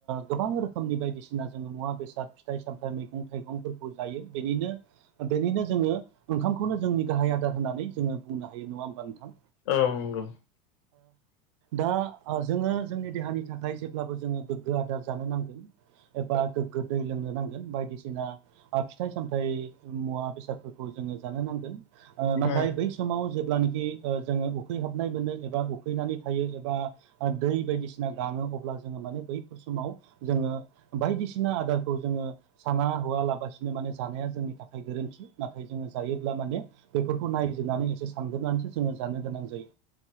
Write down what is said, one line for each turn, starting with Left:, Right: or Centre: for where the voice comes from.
Right: गोबां रोखोमनि बायदिसिना जोङो मुवा बेसाद फिथाइ सामथाइ मैगं थाइगंफोरखौ जायो बेनिनो बेनिनो जोङो ओंखामखौनो जोंनि गाहाय आदार होननानै जोङो बुंनो हायो नङा होमबा नोंथां।
Left: औ नंगौ।
Right: दा जोङो जोंनि देहानि थाखाय जेब्लाबो जोङो गोग्गो आदार जानो नांगोन एबा गोगो दै लोंनो नांगोन बायदिसिना फिथाइ सामथाइ मुवा बेसादफोर खौ जोङो जानो नांगोन ओ नाथाय
Left: उम
Right: बै समाव जेब्लानोाखि ओ जोङो उखैहाबनाय मोनो एबा उखैनानै थायो एबा दै बायदिसिना गाङो अब्ला जोङो माने बै समाव जोङो बायदिसिना आदारखौ जोङो साना हवा लाबसिनो माने जानाया जों नि थाखाय गोरोन्थि नाथाय जोङो जायोब्ला माने बेफोरखौ नायजोबनानै एसे सानग्रोबनानैसो जोङो जानो गोनां जायो।